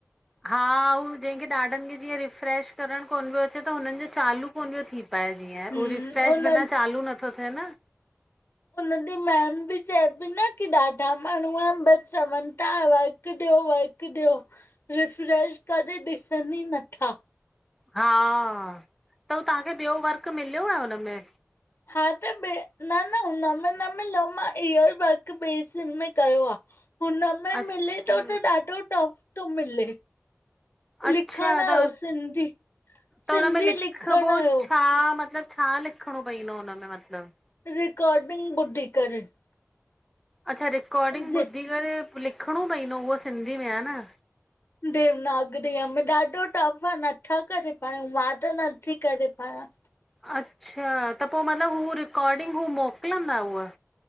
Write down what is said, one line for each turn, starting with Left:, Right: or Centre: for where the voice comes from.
Centre: हा, हू जंहिंखे ॾाॾनि खे जीअं रिफ्रेश करण कोन पियो अचे त, हुननि जो चालू कोन पियो थी पाए जीअं,
Left: हम्म
Centre: हू रिफ्रेश
Left: उन
Centre: बिना चालू नथो थिये न
Left: हुनजी मैम बि चए‌ पई न की ॾाढा माण्हूं आहिन, बई चवनि था वर्क वर्क‌ ॾियो, वर्क ॾियो रिफ्रेश करे ॾिसनि ई नथा।
Centre: हा, त हू तव्हांखे ॿियो वर्क मिलियो आहे हुनमें?
Left: हा, त ॿे न -न हुन में न मिल्यो मां इह्यो ई वर्क ॿे सिम में कयो आ। हुनमें
Centre: अच्छा
Left: मिले तो त ॾाढो टफ तो मिले।
Centre: अच्छा
Left: लिखण
Centre: त
Left: यो सिंधी सिंधी
Centre: त हुनमें लिखिबो
Left: लिखण जो
Centre: छा, मतलब छा लिखिणो पईंदो हुनमें मतलब
Left: रिकार्डिंग ॿुधी करे
Centre: अच्छा रिकॉर्डिंग
Left: जे
Centre: ॿुधी करे, लिखिणो पइंदो उहो सिंधी में हा न
Left: देवनागरीअ मे ॾाढो टफ आ नथा करे पायूं, मां त न नत्थी करे पायां।
Centre: अच्छा त पो मतिलब, हू रिकॉडिंग हू मोकिलंदा हुअ?